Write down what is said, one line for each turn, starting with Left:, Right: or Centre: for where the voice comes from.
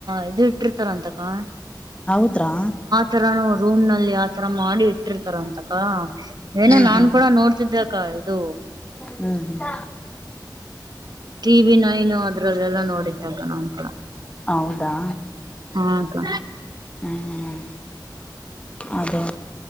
Right: ಇದು ಇಟ್ಟಿರ್ತಾರ ಅಂತಕ್ಕ.
Left: ಹೌದ್ರಾ.
Right: ತರಾ ರೂಮ್ ನಲ್ಲಿ ಆತರ ಮಾಡಿ ಇಟ್ಟಿರ್ತಾರ ಅಂತಕ್ಕ. ಏನೋ
Left: ಹ್ಮ್
Right: ನಾನ್
Left: ಹ್ಮ್
Right: ಕೂಡ ನೋಡ್ <unintelligible> ಅಕ್ಕ ಇದು.
Left: ಹ್ಮ್.
Right: ಟಿ ವಿ ನೈನು ಅದ್ರಲ್ಲೆಲ್ಲ ನೋಡಿದ್ದ ಅಕ್ಕ ನಾನ್ ಕೊಡ.
Left: ಹೌದಾ.
Right: ಹಾ ಅಕ್ಕ.
Left: ಹ್ಮ್ ಅದೇ